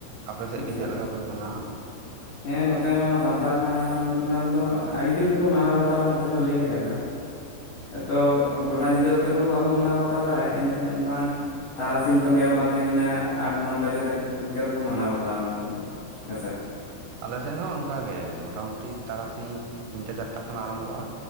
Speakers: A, on the right; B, on the left.
A: ᱟᱯᱮ ᱥᱮᱫ
B: ᱟᱪᱪᱷᱟ
A: ᱜᱮ ᱪᱮᱫ ᱞᱮᱠᱟ ᱯᱮ ᱢᱟᱱᱟᱣᱟ?
B: ᱦᱮᱸ ᱱᱚᱛᱮ ᱦᱚᱸ ᱥᱟᱶᱛᱟ ᱨᱮᱱᱟᱜ ᱨᱮᱱᱟᱜ ᱫᱚ ᱟᱹᱰᱤ ᱡᱳᱨ ᱜᱮᱠᱚ ᱢᱟᱱᱟᱣ ᱵᱟᱛᱟᱣᱟ ᱱᱚᱛᱮ ᱫᱚ ᱞᱟᱹᱭ ᱞᱮᱠᱷᱟᱡ ᱫᱚ᱾ ᱮᱛᱚ ᱜᱚᱴ ᱴᱟ ᱧᱤᱫᱟᱹ ᱩᱛᱟᱹᱨ ᱢᱟ ᱵᱟᱵᱚ ᱢᱟᱱᱟᱣ ᱵᱟᱛᱟᱣ ᱫᱟᱲᱮᱭᱟᱜᱼᱟ ᱤᱱᱟᱹ ᱵᱟᱝ ᱛᱟᱨᱟᱥᱤᱧ ᱠᱚᱱ ᱮᱦᱚᱵ ᱛᱮ ᱱᱤᱱᱟᱹᱜ ᱟᱴ ᱱᱚ ᱵᱟᱡᱮ ᱫᱷᱟᱹᱨᱤᱡ ᱤᱱᱠᱟᱹ ᱫᱚᱠᱚ ᱢᱟᱱᱟᱣ ᱵᱟᱛᱟᱣᱟ ᱱᱚᱱᱛᱮ ᱫᱚ ᱦᱮᱸᱥᱮ᱾
A: ᱟᱞᱮ ᱥᱮᱱ ᱦᱚᱸ ᱚᱱᱠᱟᱜ ᱜᱮ ᱢᱚᱴᱟ ᱢᱩᱴᱤ ᱛᱟᱨᱟᱥᱤᱧ ᱛᱤᱱᱴᱟ ᱪᱟᱴᱟ ᱠᱷᱚᱱ ᱟᱨᱟᱢᱵᱷᱚᱜᱼᱟ,